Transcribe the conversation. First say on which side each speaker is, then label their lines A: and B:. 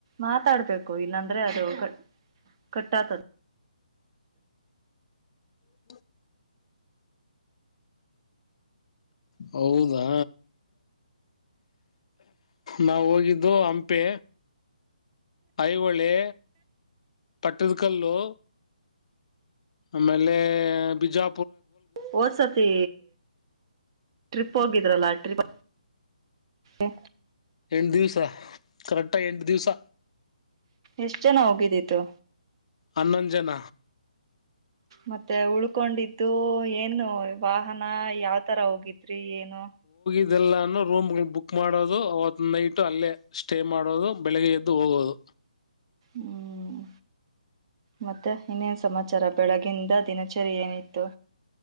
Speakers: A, on the right; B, on the left.
A: ಮಾತಾಡ್ಬೇಕು ಇಲ್ಲಂದ್ರೆ ಅದು ಕ್ ಕಟ್ಟ ತ ದ
B: <unintelligible> ಹೌದಾ ನಾ ಹೋಗಿದ್ದು ಹಂಪೆ ಐಒಳೆ ಪಟ್ಟದ್ಕಲ್ಲು ಆಮೇಲೆ ಬಿಜಾ
A: ಹೊದ್ಸತಿ ಟ್ರಿಪ್ ಹೋಗಿದ್ರಲ್ಲ ರಿಪ್ ಎ
B: ಎಂಟ ದಿವ್ಸ ಕರೆಕ್ಟ ಎಂಟ್ ದಿವ್ಸ
A: ಎಷ್ಟ್ ಜನ ಹೋಗಿದ್ದಿತ್ತು
B: ಹನ್ನೊಂದ್ ಜನ
A: ಮತ್ತೆ ಉಳ್ಕೊಂಡಿದ್ದು ಏನು ವಾಹನ ಯಾವ ತರ ಹೋಗಿದ್ ರಿ ಏನೋ
B: ಇದೆಲ್ಲಾನು ರೂಮ್ ಬುಕ್ ಮಾಡೋದು ಅವ್ತ್ ನೈಟ್ ಅಲ್ಲೇ ಸ್ಟೇ ಮಾಡೋದು ಬೆಳಗ್ಗೆ ಎದ್ದು ಹೋಗೋದು
A: ಹ್ಮ್ ಮತ್ತೆ ಇನ್ನೇನ್ ಸಮಾಚಾರ ಬೆಳಗಿಂದ ದಿನಚರಿ ಏನಿತ್ತು